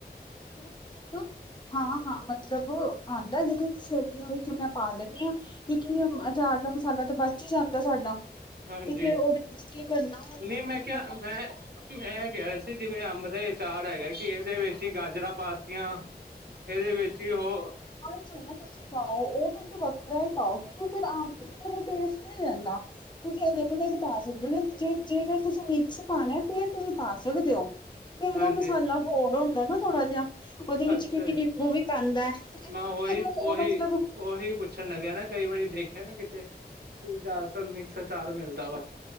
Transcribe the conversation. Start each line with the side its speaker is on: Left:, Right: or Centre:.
Left: ਹ <unintelligible> <inaudible> ਹਾਂ-ਹਾਂ ਮਤਲਬ ਆਉਂਦਾ ਜਿਦੇ 'ਚ ਸਰਦੀਆਂ ਵਿੱਚ ਮੈਂ ਪਾ ਲੈਂਨੀ ਆ। ਕਿਉਂਕਿ ਅਚਾਰ ਦਾ ਮਸਾਲਾ ਤਾਂ ਬਚ ਈ ਜਾਂਦਾ ਸਾਡਾ
Right: ਹਾਂਜੀ
Left: ਤੇ ਫੇਰ ਉਹਦੇ ਵਿੱਚ ਕੀ ਕਰਨਾ ਹੁਣ
Right: ਨਹੀਂ ਮੈਂ
Left: ਮਤਲਬ-
Right: ਕਿਹਾ ਮੈਂ ਮੈਂ ਕਹਿ ਰਿਹੇ ਸੀ ਜਿਵੇਂ ਅੰਬ ਦਾ ਵਿਚਾਰ ਹੈਗਾ ਕਿ ਇਹਦੇ ਵਿੱਚ ਹੀ ਗਾਜਰਾਂ ਪਾਤੀਆਂ- ਇਹਦੇ ਵਿੱਚ ਹੀ ਉਹ-
Left: ਵਿਚ ਨਾ ਤੁਸੀਂ ਪਾਓ, ਉਹ ਤੁਸੀਂ ਵੱਖਰਾ ਹੀ ਪਾਓ ਕਿਉਂਕਿ ਫਿਰ ਅੰਬ ਫਿਰ ਉਹ ਟੇਸਟ ਨਹੀਂ ਰਹਿੰਦਾ। ਤੁਸੀਂ ਅਲੱਗ ਅਲੱਗ ਪਾ ਸਕਦੇ ਹੋ ਨਾ, ਜੇ ਜੇਕਰ ਤੁਸੀਂ ਮਿਕਸ ਪਾਣਾ ਫੇਰ ਤੁਸੀਂ ਪਾ ਸਕਦੇ ਹੋ। ਤੇ ਉਹਦਾ
Right: ਹਾਂਜੀ
Left: ਮਸਾਲਾ ਹੋਡ ਹੁੰਦਾ ਨਾ ਥੋੜਾ ਜਿਹਾ, ਉਹਦੇ ਵਿੱਚ
Right: ਅੱਛਾ
Left: ਨਿੰਬੂ
Right: ਜੀ
Left: ਵੀ ਪੈਂਦਾ, ਏਦਾ
Right: ਮੈਂ ਉਹੀ
Left: ਫੇਰ ਉਹ
Right: ਉਹੀ
Left: ਮਤਲਬ
Right: ਉਹੀ ਪੁੱਛਣ ਲਗਾ ਨਾ, ਕਈ ਵਾਰੀ ਦੇਖਿਆ ਨਾ ਕਿਤੇ, ਕਿ ਜ਼ਿਆਦਾਤਰ ਮਿਕਸ ਅਚਾਰ ਮਿਲਦਾ ਵਾ।